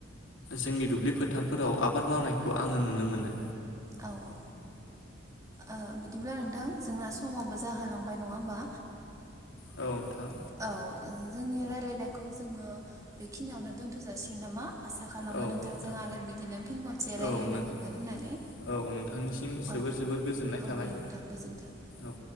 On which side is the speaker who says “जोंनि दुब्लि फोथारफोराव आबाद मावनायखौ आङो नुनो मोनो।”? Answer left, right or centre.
Left